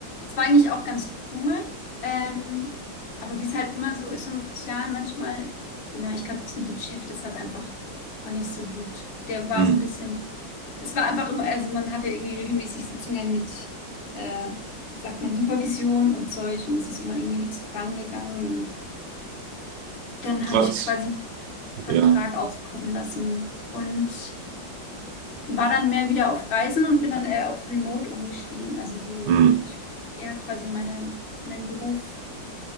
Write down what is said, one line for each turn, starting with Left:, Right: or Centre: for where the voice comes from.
Left: Es war eigentlich auch ganz cool. Ähm, aber wie es halt immer so ist im Sozialen, manchmal, genau, ich glaube, das mit dem Chef, das hat einfach auch nicht so gut. Der war
Right: Mhm.
Left: so ein bisschen, es war einfach immer, also man hatte irgendwie regelmäßig Sitzungen mit, äh, wie sagt man, Supervision und Zeug und es ist immer irgendwie nichts vorangegangen und dann
Right: Trotz.
Left: habe ich quasi einen Vertrag
Right: Ja.
Left: auslaufen lassen und war dann mehr wieder auf Reisen und bin dann eher auf Remote umgestiegen. Also so,
Right: Mhm.
Left: ich wollte ja quasi meine, meinen Beruf